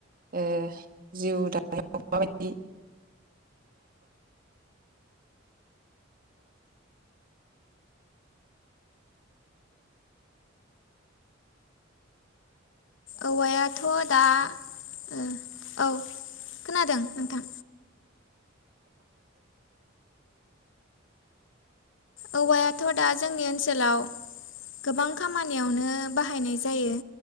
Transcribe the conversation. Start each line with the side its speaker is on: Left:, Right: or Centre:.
Right: ओ जिउ दानायाव माबायदि
Left: औवायाथ दा ओं औ, खोनादों नोंथां? औवायाथ' दा जोंनि ओनसोलाव गोबां खामानियावनो बाहायनाय जायो।